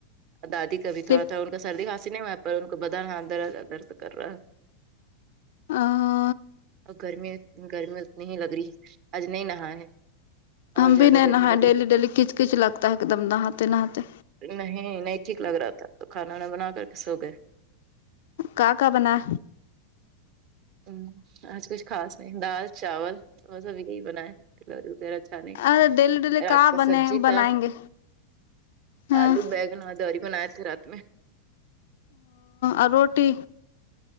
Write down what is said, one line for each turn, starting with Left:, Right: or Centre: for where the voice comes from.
Right: دادی کا بھی
Left: صرف
Right: تھوڑا تھوڑا تھا ان کا سردی خانسی نہیں ہوا پر ان کو بدااں اندر اندر سے کر رہا ہے
Left: <inaudible>
Right: اور گرمی گرمی اتنی ہی لگ رہی ہے آج نہیں نہا ہے
Left: ہم
Right: اور
Left: بھی
Right: زیادہ
Left: نہیں
Right: گرمی
Left: نہ
Right: لگ
Left: ڈیلی
Right: رہی
Left: ڈیلی کچ کچ لگتا ہے ایک دم نہاتے نہاتے
Right: نہیں نہیں ٹھیک لگ رہا تھا تو کھانا میں بنا کر کے سو گئے
Left: کا کا بنا
Right: ہ آج کچھ خاص نہیں دال چاول وہ سب یہی بنائے تلوری وغیرہ نہیں
Left: ارے ڈیلی ڈیلی
Right: رات کا
Left: بنے
Right: سبزی
Left: بنائیں
Right: تھا
Left: گے ہاں
Right: آلو بیگ نداری بناائے تھے رات میں
Left: ا روٹی